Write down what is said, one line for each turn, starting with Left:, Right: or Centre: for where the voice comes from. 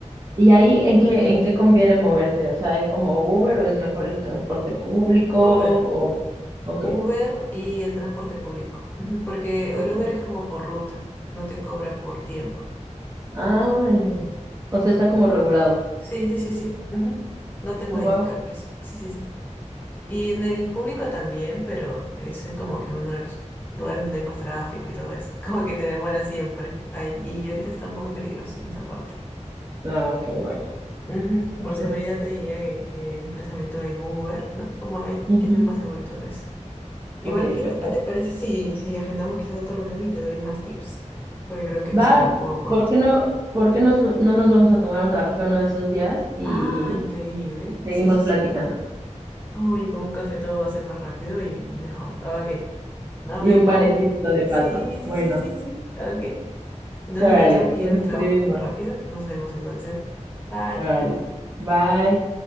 Right: ¿Y ahí en qué, en qué conviene moverse? O sea, ¿hay como Uber o es mejor el transporte público?
Left: Uber,
Right: O... Ok,
Left: Uber y el transporte público. Ujú, Porque
Right: ok.
Left: el Uber es como por ruta, no te cobra por tiempo.
Right: Ah,
Left: algo
Right: órale. O sea,
Left: así.
Right: está como regulado.
Left: Sí, sí, sí, sí. ujú. No te modifica
Right: Wow.
Left: el precio. Sí, sí, sí. Y en el público también, pero ese es como que uno de los lugares donde hay más tráfico y todo eso. <laughs> Como que te demora siempre. Ay, y ahorita está un poco peligroso en esa parte.
Right: Ah, ok, bueno.
Left: Ujú.
Right: Entonces,
Left: Por seguridad te diría que, que desplazamiento en Uber, ¿no? Como ahí
Right: ujú.
Left: tienen más seguro y todo eso. Igual,
Right: Ok,
Left: ¿qué,
Right: perfecto.
Left: qué te parece si, si agendamos quizás otra reunión y te doy más tips? Porque creo que nos
Right: Va,
Left: ha quedado un poco corto.
Right: ¿por qué no, por qué nos- no nos vamos a tomar un café uno de esos días y
Left: Ah, increíble.
Right: seguimos
Left: Sí, sí, sí.
Right: platicando?
Left: Uy, con un café todo va a ser más rápido y mejor. Ok, nos
Right: Y
Left: vemos.
Right: un panecito de
Left: Sí,
Right: paso.
Left: sí,
Right: Bueno.
Left: sí, sí, sí. Ok. Entonces
Right: Órale,
Left: yo tengo que
Right: nos
Left: ir a mi trabajo
Right: escribimos.
Left: y- rápido. Nos vemos entonces. Bye.
Right: Órale. Bye.